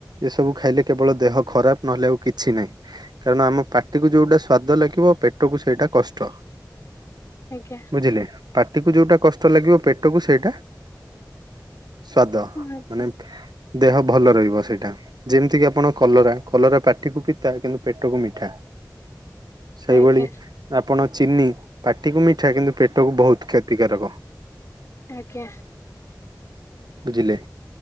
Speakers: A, on the right; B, on the left.
A: ଏ ସବୁ ଖାଇଲେ କେବଳ ଦେହ ଖରାପ ନହେଲେ ଆଉ କିଛି ନାହିଁ। କାରଣ ଆମ ପାଟିକୁ ଯୋଉଟା ସ୍ଵାଦ ଲାଗିବ ପେଟକୁ ସେଇଟା କଷ୍ଟ।
B: ଆଜ୍ଞା।
A: ବୁଝିଲେ ପାଟିକୁ ଯୋଉଟା କଷ୍ଟ ଲାଗିବ ପେଟକୁ ସେଇଟା ସ୍ଵାଦ,
B: ଆଜ୍ଞା
A: ମାନେ ଦେହ ଭଲ ରହିବ ସେଇଟା। ଯେମିତି କିି ଆପଣ କଲରା କଲରା ପାଟିକୁ ପିତା କିନ୍ତୁ ପେଟକୁ ମିଠା। ସେଇଭଳି
B: ଆଜ୍ଞା
A: ଆପଣ ଚିନି ପାଟିକୁ ମିଠା କିନ୍ତୁ ପେଟକୁ ବହୁତ କ୍ଷତିକାରକ
B: ଆଜ୍ଞା
A: ବୁଝିଲେ।